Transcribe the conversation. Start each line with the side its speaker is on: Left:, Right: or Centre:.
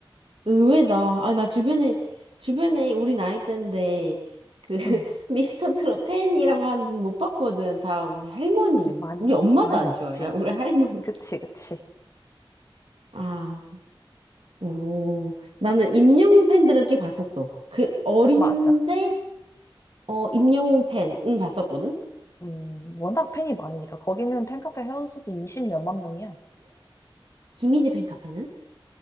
Right: 의외다. 아, 나 주변에, 주변에 우리 나이 때인데, 그, <laughs>
Left: 응.
Right: 미스터 트롯 팬이라고 하는 분 못 봤거든. 다 우리 할머니.
Left: 진짜 많이,
Right: 우리 엄마도
Left: 많이
Right: 안
Left: 없지.
Right: 좋아해. <laughs> 우리 할머니.
Left: 그치, 그치.
Right: 아, 오, 나는 임영웅 팬들은 꽤 봤었어. 그, 어린데,
Left: 맞아.
Right: 어, 임영웅 팬은 봤었거든.
Left: 음, 워낙 팬이 많으니까. 거기는 팬카페 회원수도 이십 몇만 명이야.
Right: 김희지 팬카페는?